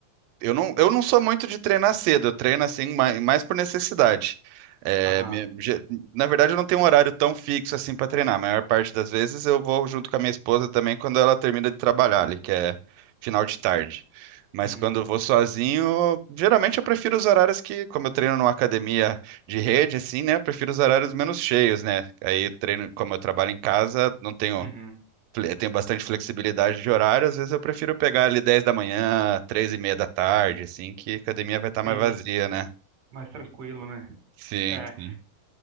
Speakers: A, on the right; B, on the right.
A: Eu não, eu não sou muito de treinar cedo, eu treino assim mais, mais por necessidade. É,
B: Aham.
A: me- ge- na verdade, eu não tenho um horário tão fixo assim para treinar. A maior parte das vezes eu vou junto com a minha esposa também quando ela termina de trabalhar ali, que é final de tarde. Mas
B: Uhum.
A: quando eu vou sozinho, geralmente eu prefiro os horários que, como eu treino numa academia de rede, assim, né? Eu prefiro os horários menos cheios, né? Aí treino, como eu trabalho em casa, não tenho
B: Uhum.
A: fle- tenho bastante flexibilidade de horário, às vezes eu prefiro pegar ali 10 da manhã, 3 e meia da tarde, assim, que a academia vai estar mais
B: Sim,
A: vazia, né?
B: mais tranquilo, né?
A: Sim,
B: É.
A: sim.